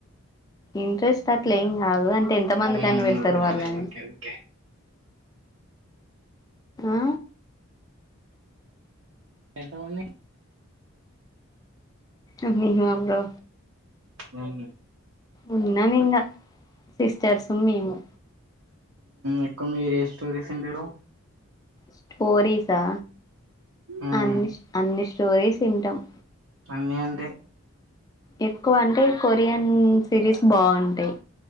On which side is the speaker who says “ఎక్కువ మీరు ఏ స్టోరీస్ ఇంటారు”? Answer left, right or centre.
Right